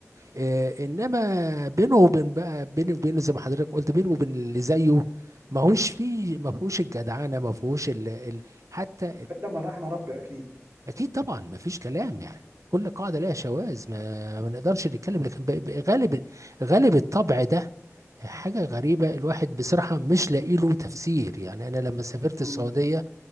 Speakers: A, on the right (about 75°); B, on the right (about 60°).
A: إيه، انما بينه وبين بقى بينه وبينه زي ما حضرتك قلت بينه وبين اللي زيه ما هوش فيه ما فيهوش الجدعنة ما فيهوش ال... ال... حتى
B: الا من رحم ربي اكيد
A: اكيد طبعا ما فيش كلام
B: مم،
A: يعني كل قاعده لها شواذ ما, ما نقدرش نتكلم لكن ب- ب- غالب غالب الطبع ده حاجه غريبه الواحد بصراحه مش لاقي له تفسير يعني انا لما سافرت
B: مم.
A: السعوديه